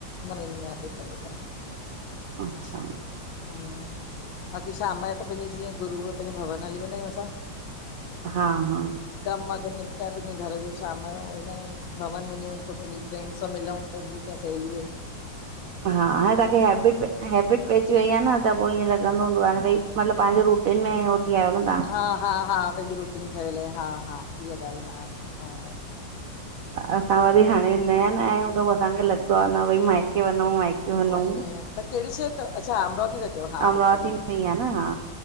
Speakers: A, on the left; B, on the right.
A: न वेंदी आयां पेकन वेकन।
B: अच्छा
A: बाक़ी शाम जो त पैंजे जीअं गुरू पैंजे भवन हली वेंदा आयूं असां।
B: हा, हा
A: कम अगर निपटाए पैंजे घर जो, शाम जो वेंदा आयूं भवन वञूं पो पैंजी फ्रैंड्स सां मिलऊं, पैंजी कें सहेलियूं आहिन।
B: हा, हाणे तव्हांखे हेबिट हेबिट पै अची वई आ न, त पो ईअं लॻंदो हूंदुव हाणे भई मतलब पांजे रुटीन में थी आहियो न
A: हा, हा, हा पैंजी रुटीन ठहियल आ। हा, हा इहा ॻाल्ह हा, हा।
B: असां वरी हाणे नया नया आहियूं त पो असांखे लॻंदो आ न भई माइके वञूं माइके वञूं
A: वञ, त केड़े शहर तव? अच्छा अमरावती त तो हा
B: अमरावती
A: पई करे।
B: में ई आ न हा